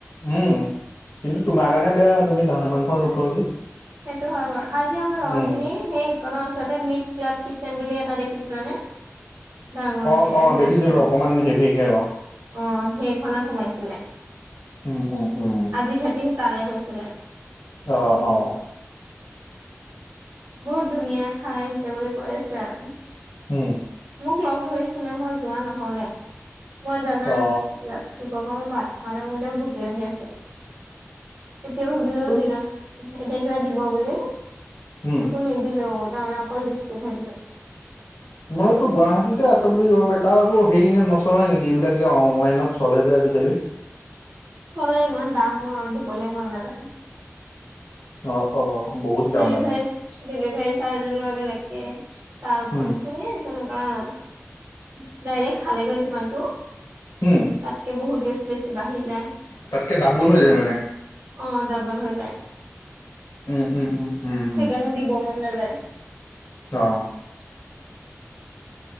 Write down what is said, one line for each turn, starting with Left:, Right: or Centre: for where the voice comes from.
Left: উম কিন্তু তোমাৰ কাৰণে বেয়া তুমি গাহৰি মাংস নোখোৱা
Right: আহ্
Left: যে
Right: সেইটো হয় বাৰু আজি আমাৰ লগৰ
Left: উম
Right: খিনি সেই ইকনৰ ওচৰতে মিট ক্লাব কিটচেন বুলি এটা দেখিছিলানে? ডাঙৰ
Left: অ
Right: কে
Left: অ
Right: ৰেষ্টুৰে-
Left: দেখিছিলো অকমান হেভিকে ৰ
Right: অ সেইখনত সোমাইছিলে।
Left: উম উম উম
Right: আজি সিহঁতি‌হত তালৈ গৈছিলে',
Left: অহ', - অহ',
Right: বহুত ধুনীয়া খাই আহিছে বুলি কৈ আছে আৰু',
Left: হুম',
Right: মোক লগ ধৰিছিলে মই যোৱা নহ'লে, মই জানাত
Left: অ
Right: বিৰাট ৰাতিপুৱা পা মই ভাত খোৱা নাই, মোৰ এতিয়া ভোক লাগি আছে। এতিয়া ভাবিলো
Left: বুত
Right: দিন এতিয়া কিবা দিব বুলি
Left: উম
Right: একো নিদিলেও তাৰমানে অকল বিস্কুট হে দিলে।
Left: তোমালোকতো গুৱাহাটীতে আছে বুলি ক'ব পাৰি তাৰ আকৌ হেৰি নে নচলে নেকি এইবিলাক যে অনলাইনত চলে যে আজিকালি',
Right: চলে, ইমান দাম, মোৰ দিবলৈ মন নাযায়',
Left: অহ', - অহ', বহুত দাম
Right: ডেলিভাৰী
Left: মানে?
Right: ডেলিভাৰী চাৰ্জো লয় বেলেগকে তাৰ ওপৰেনচে
Left: উম
Right: এই', তেনেকুৱা, অ', ডাইৰেক্ট খালেগৈ যিমানটো,
Left: উম
Right: তাতকে বহুত গেষ্ট', বেছি বাঢ়ি যায়',
Left: তাতকে ডাবুল হৈ যায় মানে',
Right: অ', ডাবোল হৈ যায়',
Left: উম', - উম', - উম', - উম',
Right: সেইকাৰণে দিব মন নাযায়',
Left: তা', অ',